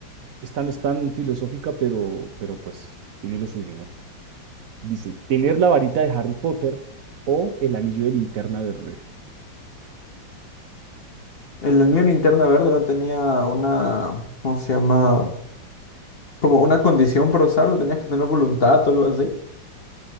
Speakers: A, on the right; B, on the left.
A: Esta no es tan filosófica, pero, pero pues tiene lo suyo, ¿no? Dice, ¿tener la varita de Harry Potter o el anillo de linterna verde?
B: En la Unión Interna Verde no tenía una, ¿cómo se llama? Como una condición para usarlo, tenías que tener voluntad o algo así.